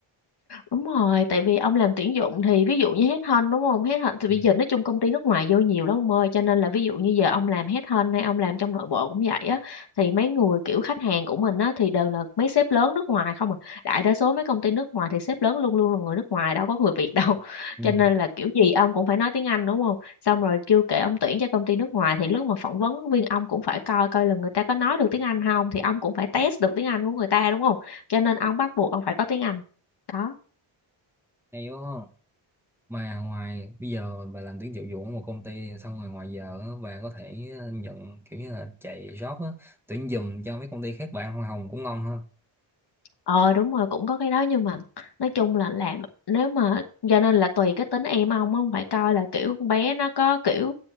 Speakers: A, on the left (about 55°); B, in the centre.
A: Đúng rồi, tại vì ông làm tuyển dụng thì ví dụ như headhunt đúng không? Headhunt thì
B: Ừ.
A: bây giờ nói chung công ty nước ngoài vô nhiều lắm ông ơi, cho nên là ví dụ như giờ ông làm headhunt hay ông làm trong nội bộ cũng vậy á thì mấy người kiểu khách hàng của mình á thì đều là mấy sếp lớn nước ngoài không à. Đại đa số mấy công ty nước ngoài thì sếp lớn luôn luôn là người nước ngoài, đâu có người Việt đâu. <laughs>
B: ừ
A: Cho nên là kiểu gì ông cũng phải nói tiếng Anh đúng không? Xong rồi chưa kể ông tuyển cho công ty nước ngoài thì lúc mà phỏng vấn viên ông cũng phải coi coi là người ta có nói được tiếng Anh không thì ông cũng phải test được tiếng Anh của người ta đúng không? Cho nên ông bắt buộc ông phải có tiếng Anh. Đó.
B: hay quá ha. mà ngoài bây giờ bà làm tuyển dụng vụ ở một công ty xong rồi ngoài giờ á, bà có thể nhận kiểu như là chạy job á, tuyển giùm cho mấy công ty khác bạn hoa hồng cũng ngon ha
A: Ờ đúng rồi cũng có cái đó nhưng mà nói chung là làm nếu mà cho nên là tùy cái tính em ông á, không phải coi là kiểu con bé nó có kiểu